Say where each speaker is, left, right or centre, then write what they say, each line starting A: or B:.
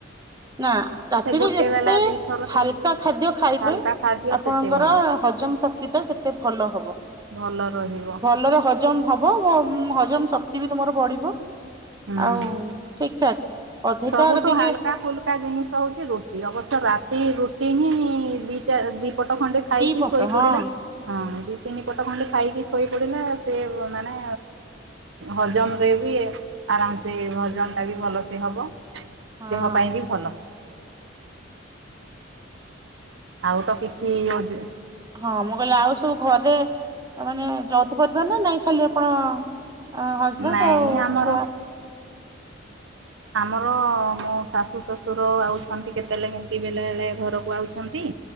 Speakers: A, on the right; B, on the right.
A: ନା ରାତିରେ
B: ଗୋଟେ
A: ଯେତେ
B: ବେଲା ଦିଥର ତିନି
A: ହାଲକା ଖାଦ୍ୟ ଖାଇବେ
B: ହାଲକା ଖାଦ୍ୟ
A: ଆପଣଙ୍କର
B: ସେତେ ଭଲ।
A: ହଜମ ଶକ୍ତି ଟା ସେତେ ଭଲ ହବ
B: ଭଲ ରହିବ
A: ଭଲରେ ହଜମ ହବ୍। ହବ ହଜମ୍ ଶକ୍ତି ବି ତମର ବଢିବ।
B: ହୁଁ।
A: ଆଉ ଠିକ ଠାକ ଅଧିକା
B: ସବୁଠୁ
A: ଟିକେ
B: ହାଲକା ଫୁଲୁକା ଜିନିଷ ହଉଛି ରୁଟି ଅବଶ୍ୟ ରାତି ରୁ <inaudible> ପଟ ଖଣ୍ଡେ ଖାଇକି
A: ଦି ପଟ
B: ଶୋଇ
A: ହଁ
B: ପଡିଲା ହଁ ଦି ତିନି ପଟ ଖଣ୍ଡେ ଖାଇକି ଶୋଇପଡ଼ିଲା ସେ ମାନେ ହଜମରେ ବି ଆରାମସେ ହଜମଟା ବି ଭଲସେ ହେବ।
A: ହଁ
B: ଦେହ ପାଇଁ ବି ଭଲ। ଆଉ ତ କିଛି ଓଯ
A: ହଁ ମୁଁ କହିଲି ଆଉ ସବୁ ଘରେ ମାନେ ଯଉଥୁ ପାରିବା ନା ନାଇଁ ଖାଲି ଆପଣ ଅ ହଜବ୍ୟାଣ୍ଡ
B: ନାଇଁ
A: ଆଉ
B: ଆମର
A: ଛୁଆ।
B: ଆମର ମୋ ଶାଶୁ ଶ୍ୱଶୁର ଆଉଛନ୍ତି କେତେବେଳେ କେମିତି ବେଳେ ବଳେ ଘରକୁ ଆଉଛନ୍ତି।